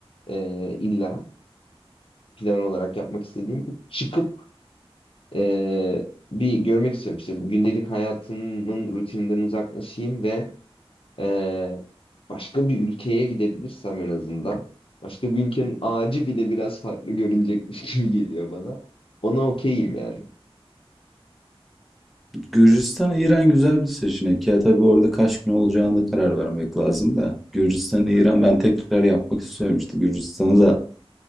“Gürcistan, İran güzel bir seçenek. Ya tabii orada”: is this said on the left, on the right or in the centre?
Centre